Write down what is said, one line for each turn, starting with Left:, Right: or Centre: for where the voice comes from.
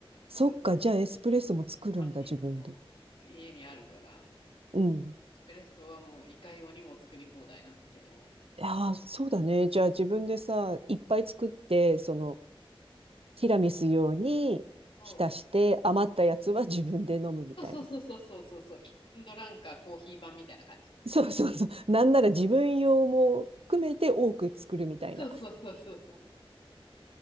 Right: そっか、
Left: そう、
Right: じゃあエスプレッソも作るんだ、
Left: マシンをそう
Right: 自分で。
Left: 家にあるから。
Right: うん。
Left: スプレッソはもういかようにも作り放題なんだけど、
Right: ああ、そうだね。じゃあ自分でさ、いっぱい作って、その、ティラミス用に浸して、
Left: そ
Right: 余ったやつは自分で飲むみたいな。
Left: うそうそうそうそうそうそう、キッチンドランカーコーヒー版みたいな感じ。
Right: <laughs> そうそうそう。なんなら自分用も含めて多く作るみたいな。
Left: そうそうそうそうそう。